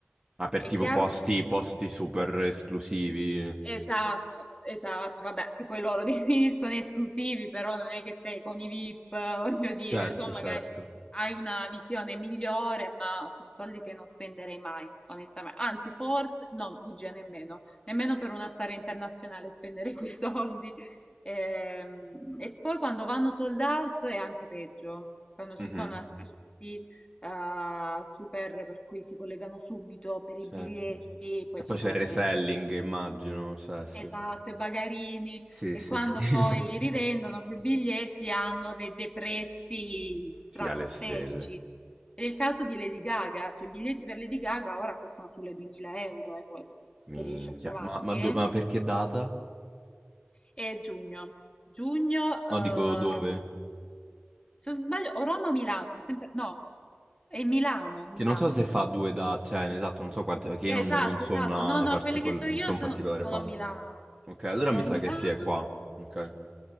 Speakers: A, on the right (about 20°); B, on the left (about 25°).
A: Ma per
B: è
A: tipo
B: chiaro
A: posti,
B: che
A: posti super esclusivi.
B: Esatto, esatto, vabbè, che poi loro <laughs> definiscono esclusivi, però non è che sei con i VIP, eh, <laughs> voglio dire,
A: Certo,
B: insomma,
A: certo.
B: magari hai una visione migliore, ma sono soldi che non spenderei mai, onestamente. Anzi, forse, no, bugia nemmeno, nemmeno per una star internazionale spenderei <laughs> quei soldi. Ehm, E, poi quando vanno sold out è anche peggio, quando ci
A: Mhm,
B: sono artisti eh, super per cui si collegano subito per
A: certo.
B: i biglietti, poi
A: E poi
B: ci sono
A: c'è il reselling,
B: ovviamente i bagagli
A: immagino, cioè sì.
B: Esatto, i bagarini
A: Sì,
B: e
A: sì,
B: quando
A: sì. <laughs>
B: poi li rivendono, quei biglietti hanno dei, dei prezzi stratosferici.
A: Sì, alle stelle.
B: Ed È il caso di Lady Gaga, cioè i biglietti per Lady Gaga ora costano sulle 2000 euro, ecco,
A: Minchia.
B: se riesci a trovarli.
A: Ma, ma do-
B: eh.
A: ma perché data?
B: E giugno, giugno, eh,
A: No, dico dove?
B: Roma. Se non sbaglio, o Roma o Milano, sono sempre... No, è Milano, è Milano.
A: Che non so se fa due date, cioè, esatto, non so quante, perché
B: Esatto,
A: io non, non sono
B: esatto. No,
A: una
B: no,
A: particol-
B: quelli che so
A: non
B: io
A: sono
B: sono,
A: un particolare
B: sono
A: fan.
B: a Milano.
A: Ok, allora
B: Sono
A: mi
B: a
A: sa
B: Milano.
A: che sì, è qua. Ok.